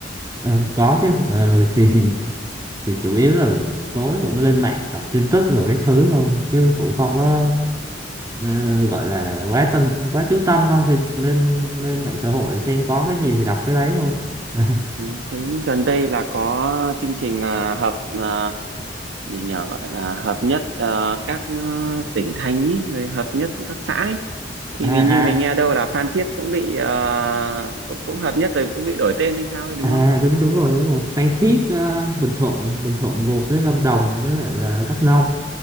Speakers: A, on the right; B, on the right.
A: Ờ, có chứ Ờ, thì thì chủ yếu là tối vẫn lên mạng đọc tin tức rồi cái thứ thôi chứ cũng không có
B: Ừ.
A: ờ, gọi là quá tâm quá chú tâm đâu thì lên lên mạng xã hội xem có cái gì thì đọc cái đấy thôi <laughs> à
B: Ừ, thấy gần đây là có chương trình là hợp à, gì nhỉ gọi là hợp nhất à, các ờ, tỉnh thành ý, rồi hợp nhất các xã ấy. Thì
A: à
B: hình như mình nghe đâu là Phan Thiết cũng bị ờ, cũng, cũng hợp nhất rồi cũng bị đổi tên hay sao ấy đúng
A: à
B: không?
A: đúng đúng rồi đúng rồi Phan Thiết ờ, Bình Thuận Bình Thuận gồm với Lâm Đồng với lại là Đắk Nông